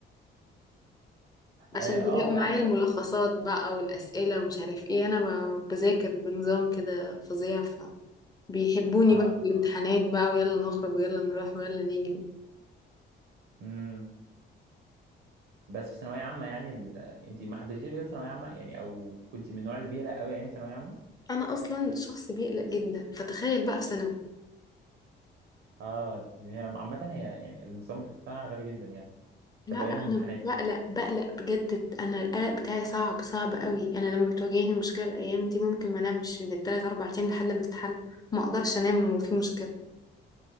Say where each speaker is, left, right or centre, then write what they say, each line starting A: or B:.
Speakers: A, on the left; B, on the right.
A: <laughs> عشان
B: اه آه،
A: بيلاقوا
B: وعامة
A: معايا الملخصات بقى والاسئله ومش عارف ايه انا ب- بذاكر بنظام كده فظيع فبيحبوني
B: اه
A: بقى في الامتحانات
B: اه
A: بقى ويلا نخرج ويلا نروح ويلا نيجي
B: امم بس في ثانوية عامة يعني ال... انت ما حبيتيش بجد ثانوية عامة يعني او كنت من النوع اللي بيقلق قوي ايام ثانوية عامة؟
A: انا اصلا شخص بيقلق جدا فتخيل بقى في ثانوي
B: اه دي- هي عامة هي يعني النظام بتاعها غبي جدا يعني
A: لا
B: طب وايام
A: لا انا
B: الامتحانات
A: بقلق بقلق بجد انا القلق بتاعي صعب صعب قوي انا لما بتواجهني مشكله الايام دي ممكن ما انامش بالثلاث اربع ايام لحد ما تتحل ما اقدرش انام وفي مشكله